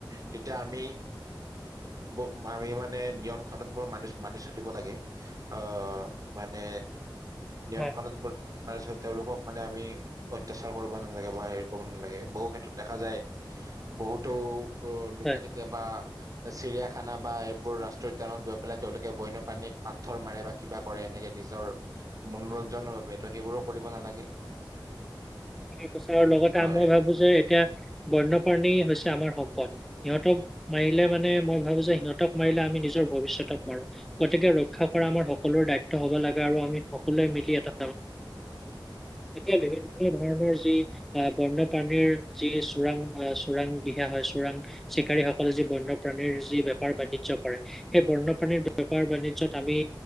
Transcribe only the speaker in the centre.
হয়
হয়
ঠিকে কৈছে আৰু লগতে
মই ভাবো যে এতিয়া বন্য প্ৰাণী হৈছে আমাৰ সম্পদ সিহঁতক মাৰিলে মানে মই ভাবো যে সিহঁতক মাৰিলে আমি নিজৰ ভৱিষ্যত পাৰো গতিকে ৰক্ষা কৰা আমাৰ সকলোৰে দায়িত্ব হব লাগে আৰু আমি সকলোৱে মিলি এটা এতি <unintelligible> ধৰণৰ যি বনপ্ৰাণীৰ যি চোৰাং-চোৰাং দিহা হয় চোৰাং চিকাৰী সকলে যি বন্যপ্ৰাণীৰ যি বেপাৰ- বাণিজ্য কৰে সেই বন্যপ্ৰাণীৰ বাণিজ্য আমি